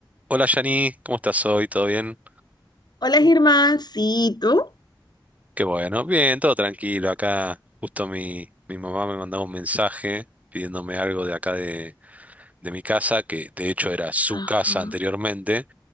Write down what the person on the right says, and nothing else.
Hola Yani, ¿cómo estás hoy? ¿Todo bien?
Qué bueno, bien, todo tranquilo. Acá justo mi, mi mamá me mandaba un mensaje pidiéndome algo de acá de, de mi casa, que de hecho era su
casa anteriormente.